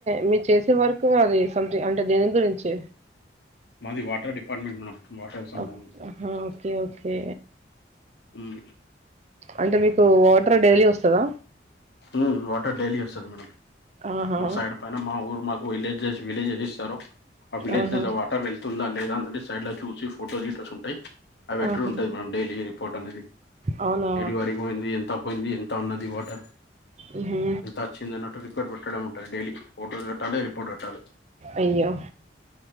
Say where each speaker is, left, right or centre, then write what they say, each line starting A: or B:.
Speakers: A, on the right; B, on the left.
A: మీరు చేసే వర్క్ అది సథింగ్ అంటే దేని గురించి
B: మాది వాటర్ డిపార్ట్మెంట్ మేడం వాటర్ కు సంబంధించింది
A: ఓ ఆహా
B: ఆ
A: ఓకే ఓకే
B: ఉమ్
A: అంటే మీకు వాటర్ డైలీ వస్తదా?
B: ఉమ్ వాటర్ డైలీ వస్తది మేడం
A: ఆహా
B: మా సైడ్ పైన మా ఊరు మా విలేజెస్ విలేజ్స్ఇస్తారు ఆ విలేజ్
A: ఆహా
B: లో వాటర్ వెల్ తుందా లేదా అన్నది సైడ్ లో చూసి ఫోటోస్ గిటర్స్ ఉంటాయి అవి వేట్టుడు
A: ఆహా
B: ఉంటుంది మేడం డైలీ రిపోర్ట్ అనేది
A: అవునా
B: ఏడి వరకు పోయింది ఎంత పోయింది ఎంత ఉన్నది వాటర్
A: ఉహు
B: ఎంత వచ్చిందన్నట్టు రిపోర్ట్ పెట్టడం ఉంటుంది డైలీ ఫోటో పెట్టాలి రిపోర్ట్ పెట్టాలే
A: అయ్యో